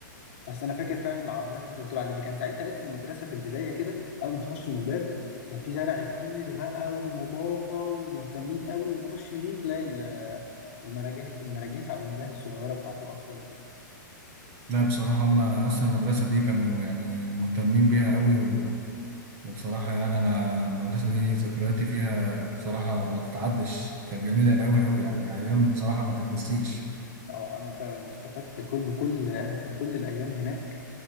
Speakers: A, on the left; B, on the right.
A: بس انا فاكر فعلا العربيات اللي انت بتقول عليها دي كان ساعتها لسه المدرسه في البدايه كده اول ما تخش من الباب كان في زرع كتير بقى ونظافه ومهتمين قوي وتخش يمين تلاقي ال- المراجيح المراجيح او الملاهي الصغيره بتاعت الاطفال دي
B: لا بصراحه هم اصلا المدرسه دي كانوا يعني مهتمين بيها قوي وبصراحة يعني أنا المدرسة دي ذكرياتي فيها بصراحة ما تتعدش كانت جميلة أوي أوي يعني أيام بصراحة ما تتنسيش
A: اه انا فعلا استفدت كل- بكل بكل الايام هناك